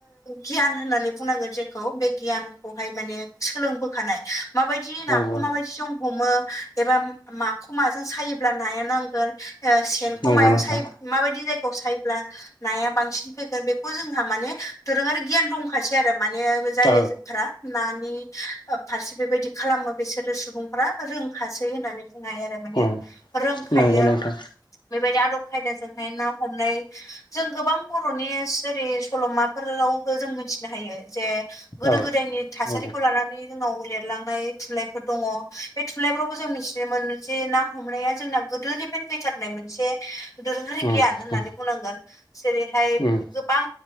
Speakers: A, on the left (about 45°); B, on the left (about 85°).
A: गियान होननानै बुंनांगोन जेखौ बे गियान खौहाय माने सोंलोंबोखानाय मायबाय दि नाखौ
B: नंगौ
A: माबायदि जों हमो एबा माखौ माजों सायोब्ला नाया नांगोन सेनखौ
B: नंगौ
A: मायाव
B: नोंथां
A: सायो माबायदि जायगायाव सायोब्ला नाया बांसिन फैगोन बेखौ जोंहा माने दोरोङारि गियान दंखासै आरो माने जाय
B: औ
A: <unintelligible> नानि फारसे बेबायदि खालामो बिसोरो सुबुंफ्रा रोंखासै होननानै बुंनो हायो आरो। माने
B: उम
A: रोंखायो
B: नंगौ नोंथां
A: बेबायदि आदब खायदाजोंहाय ना हमनाय जों गोबां बर'नि जेरै सल'माफोरावबो जों मिथिनो हायो जे गोदो
B: औ
A: गोदायनि थासारिखौ
B: नंगौ
A: लानानै जोंनाव लिरलांनाय थुनलाइफोर दङ बे थुनलाइफोरावबो जों मिथिनो मोनो जे ना हमनाया जोंना गोदोनि फैथारनाय मोनसे दोरोङारि
B: उम
A: गियान होननानै
B: उम
A: बुंनांगोन जेरैहाय
B: उम
A: गोबां